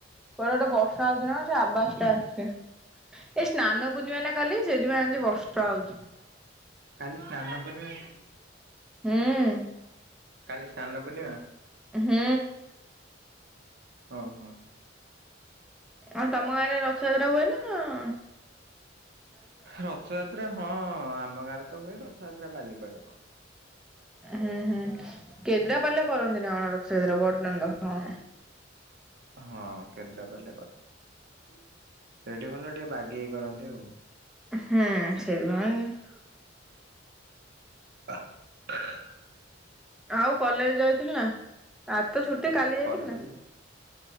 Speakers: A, in the centre; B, on the right.
A: କୁଆଡେ ଗୋଟେ ବର୍ଷା ହଉଛି ନା କଣ୍ ସେ ଆବାଜ ଟା ଆସୁଛି। ଏଇ ସ୍ନାନ ପୂର୍ଣ୍ଣିମା ନା କାଲି, ସେଇତିପାଇଁ ଆଜି ବର୍ଷା ହଉଛି।
B: କାଲି <unintelligible> ସ୍ନାନ ପୂର୍ଣ୍ଣିମା
A: ହୁଁ
B: କାଲି ସ୍ନାନ ପୂର୍ଣ୍ଣିମା।
A: ହୁଁ।
B: ହଁ ହଁ।
A: ଆ ତମ ଗାଁରେ ରଥଯାତ୍ରା ହୁଏ ନା-ଆ-ଆ?
B: ରଥଯାତ୍ରା, ହଁ-ଅ-ଅ-ଅ ଆମ ଗାଁରେ ତ ହୁଏ ରଥଯାତ୍ରା ବାଲିପାଟଣା।
A: ହୁଁ ହୁଁ କେଦ୍ରା ପାଲେ କରନ୍ତି ନା କଣ? ରଥଯାତ୍ରା ବଡ ଡାଣ୍ଡ। ହଁ
B: ହଁ କେନ୍ଦ୍ରାପାଲିରେ କର ସେଇଠି ଭଲରେ ଟିକେ ବାଗେଇି କରନ୍ତି ଆଉ।
A: ହୁଁ ସେ <unintelligible>
B: ଅ <unintelligible>
A: ଆଉ କଲେଜ ଯାଇଥିଲୁ ନା? ଆଜି ତ ଛୁଟି କାଲି ଯାଇଥିଲୁ
B: କଲେଜ
A: ନା?